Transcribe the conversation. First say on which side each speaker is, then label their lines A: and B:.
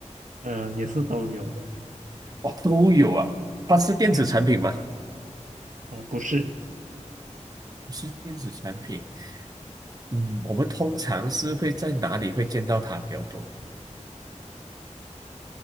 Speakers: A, on the right; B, on the right.
A: 呃，也是都有，
B: 哇，都有啊。它是电子产品吗？
A: 嗯，呃，不是，
B: 是电子产品，嗯，我们通常是会在哪里会见到它比较多？